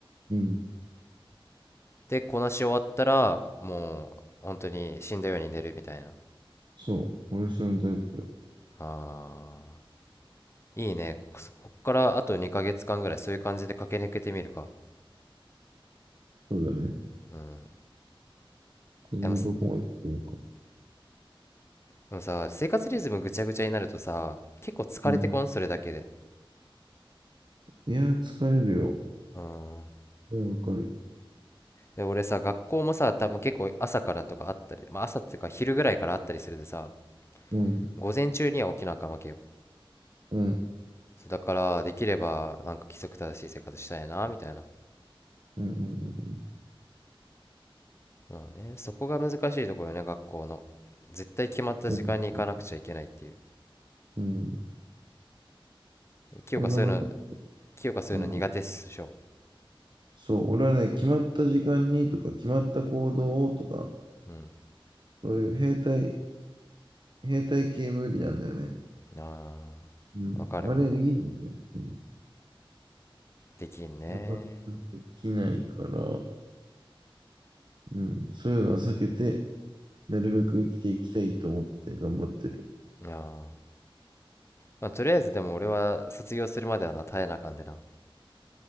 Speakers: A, on the right; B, on the left.
A: うん。
B: でこなし終わったらもう本当に死んだように寝るみたいな
A: そう。俺そのタイプ。
B: あーいいね。ここっからあと2ヶ月間ぐらいそういう感じで駆け抜けてみるか。
A: そうだね。
B: うん。
A: それにどこまで来るか。
B: でもす、でもさ、生活リズムぐちゃぐちゃになるとさ、結構疲れてこん、
A: うん。
B: それだけで。
A: いやー、疲れるよ。
B: うん。
A: それはわかる。
B: で、俺さ、学校もさ、多分結構朝からとかあったり、まあ朝っていうか昼ぐらいからあったりするでさ、
A: うん。
B: 午前中には起きなあかんわけよ。
A: うん。
B: そうだから、できればなんか規則正しい生活したいな、みたいな。
A: うん。うん。うん。
B: まあね、そこが難しいところよね、学校の。絶対決まった時間に行かなくちゃいけないっていう。
A: そうですね。うん。
B: 清香そういうの、
A: それがなんか、
B: 清香そういうの苦手っしょ。
A: あうちょっとそう、俺はね、決まった時間にとか、決まった行動をとか、
B: うん。
A: そういう兵隊、兵隊系無理なんだよね。
B: あ
A: うん、
B: あ、わかるわ。
A: あれ、いいみたいな。うん、
B: できんね。
A: なかなかできないから、うん、そういうのは避けて、なるべく生きていきたいと思って頑張ってる。
B: ああ。まあ、とりあえずでも俺は卒業するまではな、耐えなあかんでな。